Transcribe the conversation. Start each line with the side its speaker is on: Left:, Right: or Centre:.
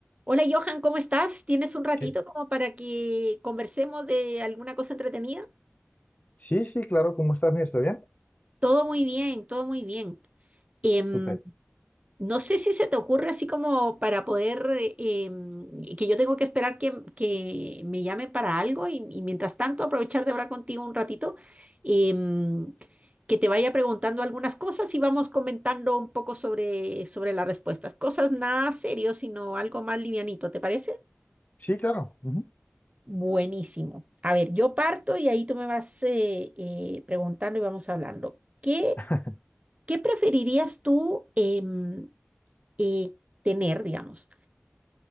Right: Hola Johan, ¿cómo estás? ¿Tienes un ratito
Left: ¿Qué?
Right: como para que conversemos de alguna cosa entretenida?
Left: Sí, sí, claro. ¿Cómo estás, Mir? ¿Está bien?
Right: Todo muy bien, todo muy bien. Em,
Left: Súper.
Right: no sé si se te ocurre así como para poder, eh, em, que yo tengo que esperar que, que me llamen para algo y, y mientras tanto aprovechar de hablar contigo un ratito, em, que te vaya preguntando algunas cosas y vamos comentando un poco sobre, sobre las respuestas. Cosas nada serio, sino algo más livianito, ¿te parece?
Left: Sí, claro. ujú.
Right: Buenísimo. A ver, yo parto y ahí tú me vas eh, eh, preguntando y vamos hablando. ¿Qué,
Left: <laughs>
Right: qué preferirías tú em, eh, tener, digamos?